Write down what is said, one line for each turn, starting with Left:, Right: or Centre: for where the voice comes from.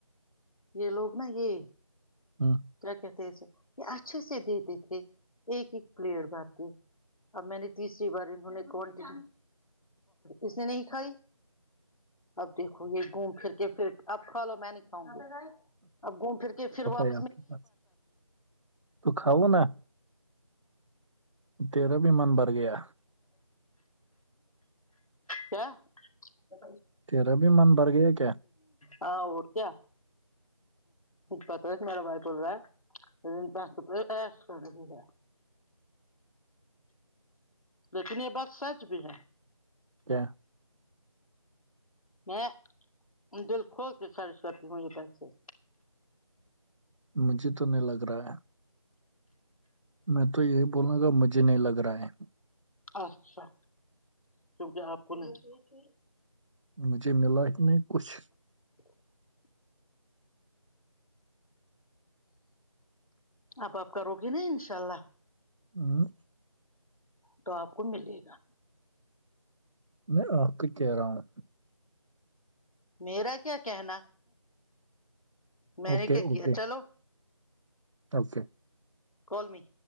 Left: یہ لوگ نا یہ
Right: ھم
Left: کیا کہتے تھے اسے یہ لوگ نا اچھے سے دیتے تھے ایک ایک پلیٹ با کے اب میں نے تیسری بار انہوں نے کوانٹیٹی اس نے نہیں کھائی اب دیکھو یہ گھوم پھر کے پھر اب کھا لو میں نہیں کھاؤں گی اب گھوم پھر کے پھر واپ
Right: آپ کے پاس تو کھاؤ نا تیرا بھی من بر گیا
Left: کیا ا
Right: تیرا بھی من بھر گیا کیا
Left: ہاں اور کیا پتہ ہے میرا بھائی کیا بول رہا ہے د کریک ہے لیکن یہ بات سچ بھی ہے
Right: کیا
Left: میں دل کھول کے خرچ کرتی ہوں یہ پیسے
Right: مجھے تو نہیں لگ رہا ہے میں تو یہی بولوں گا مجھے نہیں لگ رہا ہے
Left: اچھا کیونکہ آپ کو نہیں لگے گا
Right: مجھے ملا ہی نہیں کچھ
Left: <inaudible> اب آپ کرو گےنا انشاء اللہ
Right: ھم
Left: تو آپ کو ملے گا
Right: میں آپ کا کہہ رہا ہوں
Left: میرا کیا کہنا میں
Right: اوکے
Left: نے کیا
Right: اوکے
Left: کیا چلو
Right: اوکے
Left: کوولمی